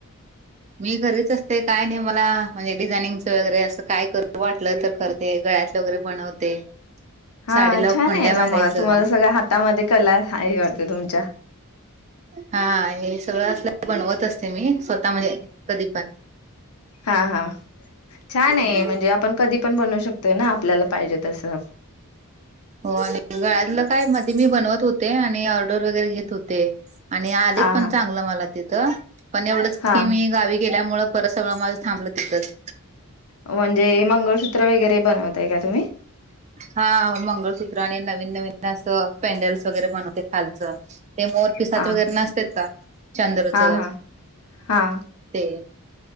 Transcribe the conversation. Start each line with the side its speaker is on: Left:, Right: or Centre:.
Right: मी घरीच असते काय नाही मला म्हणजे डिझायनिंगच वगैरे असं काय कर वाटलं तर खरं ते गळ्यातले वगैरे बनवते.
Left: हा
Right: साडीला खोंड्या
Left: छान आहे ना
Right: बांधायचं
Left: मग तुम्हाला सगळ्या हातामध्ये कला आहे वाटते तुमच्या.
Right: हां हे सगळं असलं बनवत असते मी स्वतः कधी पण-
Left: हां हां छान आहे
Right: हम्म
Left: म्हणजे आपण कधी पण बनवू शकतोय ना आपल्याला पाहिजे तसं.
Right: हो आणि गळ्यातलं काय मध्ये मी बनवत होते आणि ऑर्डर वगैरे घेत होते. ते आणि आलेत
Left: हा
Right: पण चांगलं मला तिथं पण एवढं
Left: हा.
Right: की मी गावी गेल्यामुळ परत सगळं माझं थाबलं तिंथच
Left: म्हणजे मंगळसूत्र वगैरे बनवताय का तुम्ही?
Right: हा मंगळसूत्र आणि नवीन, नवीन पॅनडल्स वगैरे बनवते खालच. ते मोर पीसाच
Left: हा
Right: वगैरे नसत का चंद्राचं
Left: हा हा हा.
Right: ते-